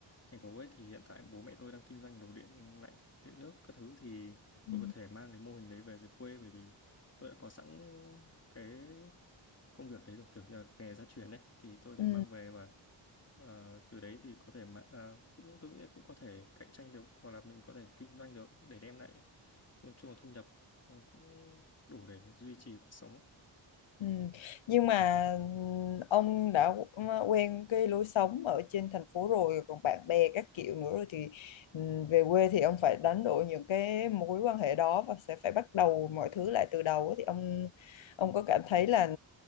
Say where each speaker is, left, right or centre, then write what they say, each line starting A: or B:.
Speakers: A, on the left (about 35°); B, on the left (about 85°).
A: thành phố ấy thì hiện tại bố mẹ tôi đang kinh doanh đồ điện lạnh điện nước các thứ thì
B: Ừ.
A: tôi có thể mang cái mô hình đấy về dưới quê bởi vì tôi đã có sẵn cái công việc đấy rồi kiểu như là nghề gia truyền đấy thì tôi có
B: Ừ.
A: thể mang về và ờ, từ đấy thì có thể mà ờ, cũng tôi nghĩ cũng có thể cạnh tranh được hoặc là mình có thể kinh doanh được để đem lại nói chung là thu nhập ờ, cũng đủ để duy trì cuộc sống
B: Ừ. Nhưng mà ừ, ông đã ừ, quen cái lối sống ở trên thành phố rồi còn bạn bè các kiểu nữa rồi thì ừ, về quê thì ông phải đánh đổi những cái mối quan hệ đó và sẽ phải bắt đầu mọi thứ lại từ đầu ấy. Thì ông ông có cảm thấy là